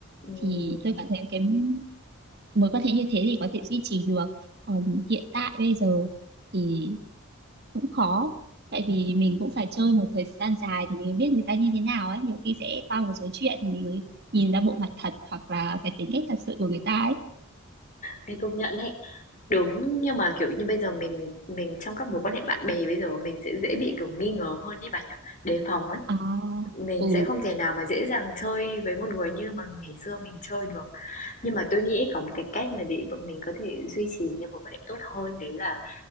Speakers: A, on the left; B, on the right.
A: Ừm,
B: thì tôi cảm thấy cái mối quan hệ như thế thì có thể duy trì được còn hiện tại bây giờ thì cũng khó tại vì mình cũng phải chơi một thời gian dài thì mình mới biết người ta như thế nào ấy nhiều khi sẽ qua một số chuyện thì mình mới nhìn ra bộ mặt thật hoặc là cái tính cách thật sự của người ta ấy
A: Ê, công nhận đấy Đúng, nhưng mà, kiểu như, bây giờ mình mình trong các mối quan hệ bạn bè bây giờ mình sẽ dễ bị, kiểu, nghi ngờ hơn đấy bà nhỉ? Đề phòng ấy.
B: à,
A: Mình
B: ừ
A: sẽ không thể nào mà dễ dàng chơi với một người như mà ngày xưa mình chơi được. Nhưng mà tôi nghĩ có một cái cách mà để bọn mình có thể duy trì những cái mối quan hệ tốt hơn đấy là